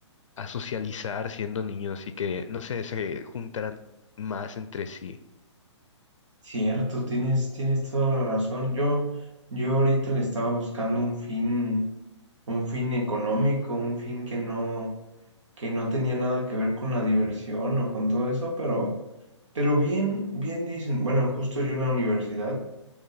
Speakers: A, on the left; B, on the right.
A: a socializar siendo niños y que, no sé, se juntaran más entre sí.
B: cierto, tienes, tienes toda la razón. Yo, yo ahorita le estaba buscando un fin, un fin económico, un fin que no que no tenía nada que ver con la diversión o con todo eso, pero, pero bien, bien dicen, bueno, justo yo en la universidad